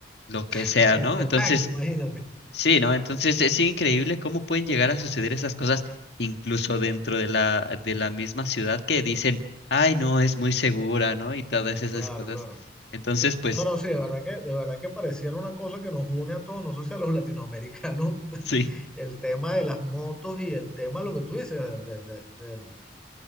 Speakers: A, on the left; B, in the centre.
A: lo que
B: <laughs>
A: sea, ¿no?
B: El
A: Entonces...
B: tanque, imagínate.
A: Sí, ¿no? Entonces es increíble cómo pueden llegar a suceder esas cosas incluso dentro de la, de la misma ciudad que dicen, ay, no, es muy segura, ¿no? Y todas esas
B: Claro,
A: cosas.
B: claro.
A: Entonces, pues
B: No, no, sí, de verdad que, de verdad que pareciera una cosa que nos une a todos, no sé si a los latinoamericanos, <laughs>
A: sí,
B: el tema de las motos y el tema, lo que tú dices, de- de- de- del,